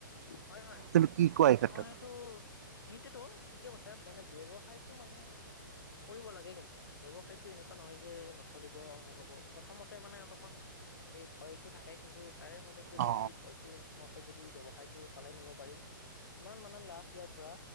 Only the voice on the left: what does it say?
হয়, হয়।
মানে <unintelligible>
<unintelligible>
সেইটোতো ঠিকে কৈছা মানে ব্যৱসায়টো মানে কৰিব লাগে কিন্তু ব্যৱসায়তটো এনেকুৱা নহয় যে <unintelligible> নচলিব অমুক হব প্ৰথমতে মানে অলপমান এই ভয়তটো থাকে কিন্তু তাৰে মাজত যদি
ভয়তো নোসোমোৱাকৈ যদি ব্যৱসায়তটো চলাই নিব পাৰি ইমান মানে লাভ ইয়াৰ পৰা